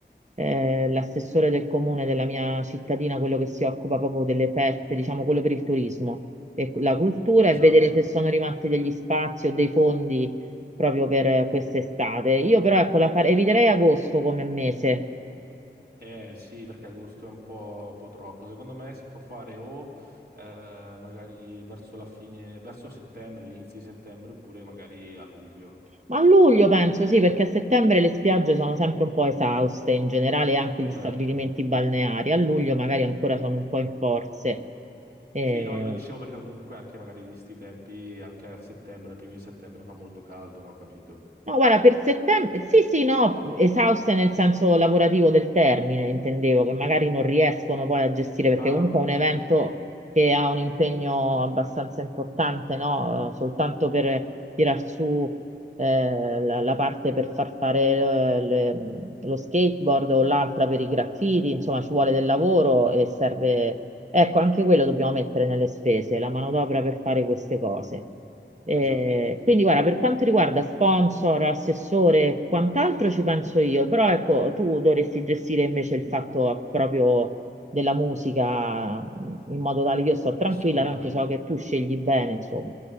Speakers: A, on the right (about 40°); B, on the right (about 55°).
A: eh, l'assessore del comune della mia cittadina, quello che si occupa proprio delle feste, diciamo quello per il turismo e la cultura
B: Esatto.
A: e vedere se sono rimasti degli spazi o dei fondi proprio per quest'estate. Io però ecco, la fare- eviterei agosto come mese.
B: Eh sì, perché agosto è un po', un po' troppo. Secondo me si può fare o eh, magari verso la fine, verso settembre, l'inizio di settembre, oppure magari a luglio.
A: Ma a luglio
B: Comunque,
A: penso sì, perché a settembre le spiagge sono sempre un po' esauste, in generale anche gli
B: certo.
A: stabilimenti balneari. A luglio magari ancora sono un po' in forze. Eh,
B: Sì, no, io lo dicevo perché comunque anche magari di sti tempi, anche a settembre, primi di settembre fa molto caldo, no? Capito?
A: No, guarda, per settembre, sì, sì, no, esauste nel senso lavorativo del termine, intendevo, che magari non riescono poi a gestire, perché
B: Ah,
A: comunque è un
B: sì,
A: evento che ha un impegno abbastanza importante, no? Eh, Soltanto per tirar su eh, la, la parte per far fare eh, le- lo skateboard o l'altra per i graffiti, insomma, ci vuole del lavoro e serve Ecco, anche quello dobbiamo mettere nelle spese, la manodopera per fare queste cose. Eh,
B: esatto, sì,
A: quindi, guarda, per quanto riguarda sponsor, assessore e quant'altro ci penso io, però ecco, tu dovresti gestire invece il fatto proprio della musica mh, in modo tale che io sto tranquilla,
B: assolutamente.
A: tanto so che tu scegli bene, insomma.